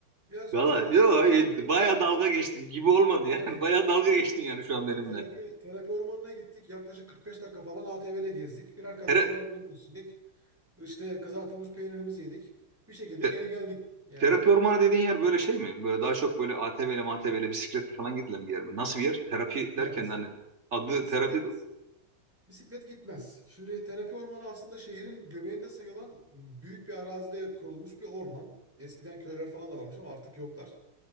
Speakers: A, in the centre; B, on the right.
A: ya sonuç
B: Valla
A: olarak
B: yok
A: terapi ormanına
B: baya dalga geçtin gibi olmadı
A: yani,
B: yani. <laughs> Baya
A: <laughs>
B: dalga geçtin yani şu an
A: yani
B: benimle.
A: terapi terapi ormanına gittik. Yaklaşık 45 dakika falan ATV ile gezdik. Bir arkadaş
B: Tere-
A: arabamızı istedik. İşte kızartılmış peynirimizi yedik. Bir şekilde
B: te-
A: geri geldik. Yani
B: terapi ormanı dediğin yer böyle şey mi? Böyle daha çok böyle ATV'li MATV'li bisikletle falan gidilen bir yer mi? Nasıl bir yer? Terapi
A: ya
B: derken
A: bisik-
B: hani adı
A: bisiklet
B: terapi
A: Bisiklet gitmez. Şimdi terapi ormanı aslında şehrin göbeğinde sayılan büyük bir arazide kurulmuş bir orman. Eskiden köyler falan da varmış ama artık yoklar.